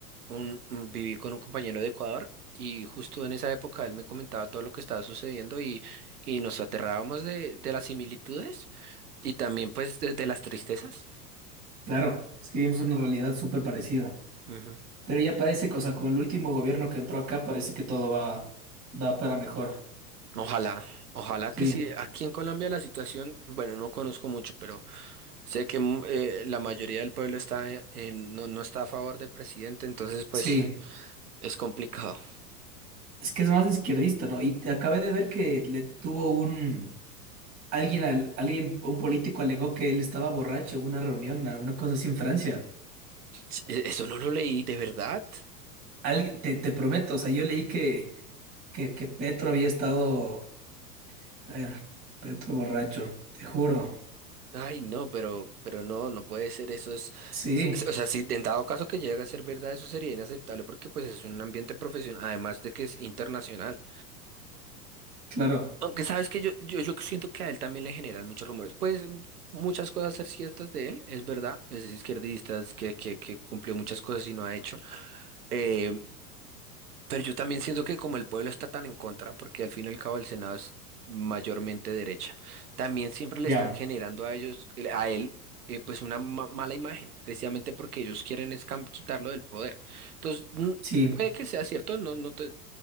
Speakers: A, on the right; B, on the right.
A: un, un- viví con un compañero de Ecuador y justo en esa época él me comentaba todo lo que estaba sucediendo y, y nos aterrábamos de, de las similitudes y también pues de, de las tristezas.
B: Claro, es que vivimos una realidad súper parecida.
A: Ujú.
B: Pero ya parece, que, o sea, con el último gobierno que entró acá, parece que todo va, va para mejor.
A: Ojalá, ojalá
B: Sí,
A: que sí. Aquí en Colombia la situación, bueno, no conozco mucho, pero sé que mm, eh, la mayoría del pueblo está en- en- no, no está a favor del presidente, entonces pues
B: sí.
A: es complicado.
B: Es que es más izquierdista, ¿no? Y te acabé de ver que le tuvo un... Alguien, al- alguien, un político alegó que él estaba borracho en una reunión, alguna cosa así en Francia.
A: Sí, e- Eso no lo leí, ¿de verdad?
B: Alguien, te, te prometo, o sea, yo leí que, que, que Petro había estado A ver, Petro borracho, te juro.
A: Ay, no, pero, pero no, no puede ser, eso es,
B: Sí,
A: s- s- o sea, si en dado caso que llegue a ser verdad, eso sería inaceptable porque pues es un ambiente profesional, además de que es internacional.
B: claro.
A: Aunque sabes que yo, yo, yo siento que a él también le generan muchos rumores. Pues m- muchas cosas ser ciertas de él, es verdad, es izquierdista, es que, que, que cumplió muchas cosas y no ha hecho. Eh, Pero yo también siento que como el pueblo está tan en contra, porque al fin y al cabo el Senado es mayormente derecha, también siempre le
B: Ya,
A: están generando a ellos, a él, eh, pues una ma- mala imagen, precisamente porque ellos quieren es cam- quitarlo del poder. Entonces, mm,
B: sí.
A: puede que sea cierto, no, no te-